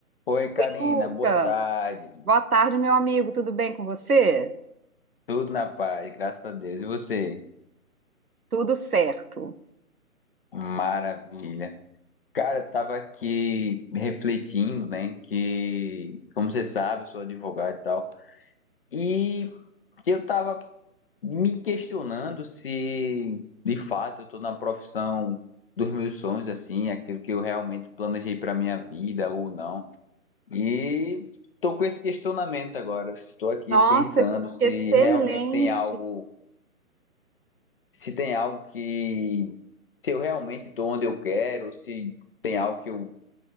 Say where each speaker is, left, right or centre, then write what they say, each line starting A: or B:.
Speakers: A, on the left; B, on the right.
A: Oi, Karina,
B: Lucas,
A: boa tarde.
B: boa tarde, meu amigo. Tudo bem com você?
A: Tudo na paz, graças a Deus. E você?
B: Tudo certo.
A: Maravilha. Cara, eu tava aqui refletindo, né, que, como você sabe, eu sou advogado e tal, e eu tava me questionando se, de fato, eu tô na profissão dos meus sonhos, assim, aquilo que eu realmente planejei pra minha vida ou não. E tô com esse questionamento agora. Estou aqui
B: Nossa,
A: pensando
B: que
A: se
B: excelente.
A: realmente tem algo se tem algo que, se eu realmente estou onde eu quero, se tem algo que eu